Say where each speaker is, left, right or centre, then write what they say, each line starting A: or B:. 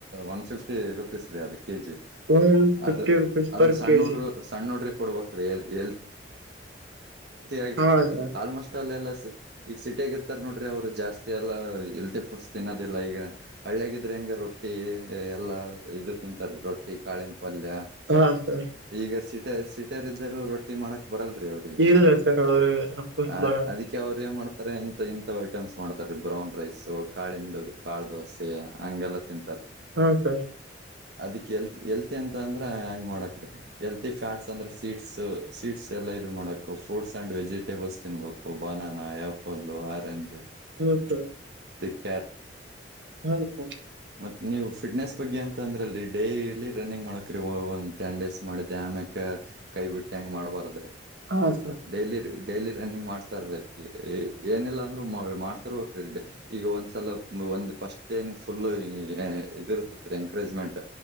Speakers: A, on the right; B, on the right.
A: one fifty rupees ರೀ ಅದು ಕೆಜಿ.
B: ಒನ್ ಫಿಫ್ಟಿ
A: ಅದು
B: ರುಪೀಸ್
A: ಅದು
B: ಪರ್
A: ಸಣ್ಣ
B: ಕೆಜಿ
A: ನೋಡ್ರರು ಸಣ್ಣ ನೋಡ್ರಿ. ಕೊಡ್ಬೇಕಲ್ ಆಗ
B: ಹಾ ಸರ್
A: ಆಲ್ಮೋಸ್ಟ್ ಅಲ್ಲಲ್ಲ. ಈಗ ಸಿಟಿಯಾಗ ಇರ್ತಾರ ನೋಡ್ರಿ ಅವ್ರು ಜಾಸ್ತಿ ಎಲ್ಲಾ ಇಲ್ತಿ ಫುಡ್ಸ್ ತಿನ್ನೋದಿಲ್ಲ ಈಗ ಹಳ್ಳ್ಯಗಿದ್ರೆ ಹಂಗಗೆ ರೊಟ್ಟಿ ಎಲ್ಲಾ ಇದು ತಿಂತಾರೀ ರೊಟ್ಟಿ ಕಾಳಿಂಬ ಪಲ್ಯ.
B: ಹಾ ಸರ್
A: ಈಗ ಸಿೀಟ ಸೀಟಾರ್ದರು ರೊಟ್ಟಿ ಮಾಡಕ್ ಬರಲ್ರರಿ ಅವ್ರಿಗೆ.
B: ಇಲ್ಲ ಸರ್ ಅವ್ರು ಅಫ್ಕೋರ್ಸ್
A: ಅ
B: ಬರಲ್ಲ
A: ಅದಕ್ಕೆ ಅವ್ರು ಏನ್ ಮಾಡ್ತಾರೆ. ಇಂಥ ಐಟಮ್ಸ್ ಮಾಡ್ತಾರೀ ಬ್ರೌನ್ ರೈಸ್ ಕಾಳಿಂದ ಕಾಳ ದೋಸೆ ಹಂಗೆಲ್ಲ ತಿಂತ.
B: ಹಾ ಸರ್.
A: ಅದಕ್ ಎಲ್ತ್ ಎಲ್ತಿ ಅಂತ ಅಂದ್ರ ಹಂಗ್ ಮಾಡೋಕೀ. ಎಲ್ತಿ ಫ್ಯಾಟ್ಸ್ ಅಂದ್ರೆ ಸೀಟ್ಸ್ ಸೀಟ್ಸ್ ಎಲ್ಲ ಇದು ಮಾಡಕು ಫ್ರೂಟ್ಸ್ ಅಂಡ್ ವೆಜಿಟ್. ಬಸ್ ತಿನ್ಬೇಕು ಬನಾನಾ ಆಪಲ್ಲ ಆರೆಂಜು.
B: ಹ್ಮೌತ.
A: ಕ್ಯಾರಟ್
B: ಹಲ್ಕು.
A: ಮತ್ತತ್ ನೀವು ಫಿಟ್ನೆಸ್ ಬಗ್ಗೆ ಅಂತ ಅಂದ್ರಲ್ರಿ ಡೈಲಿ ರನ್ನಿಂಗ್ ಮಾಡಕ ಒಂದು ಟೆನ್ ಡೇಸ್ ಮಾಡಿದೆ. ಆಮ್ಯಕ್ ಕೈ ಬಿಟ್ಟ ಹೆಂಗ್ ಮಾಡ್ಬಾರ್ದ್ರಿ
B: ಹಾ ಸರ್
A: ಡೈಲಿ ಡೈಲಿ ರನ್ನಿಂಗ್ ಮಾಡ್ತಾರೀ. ಏನೆಲ್ಲ ಅಂದ್ರರು ಮಾಡ್ತಾರರುವ ಕ್ರೆ ಈಗ ಒಂದ್ಸಲ ಒಂದ್ ಪಫಸ್ಟ್. ಫುಲ್ ಇದ ಇರ್ತರಿ ಎಂಕರೇಜ್ಮೆಂಟ್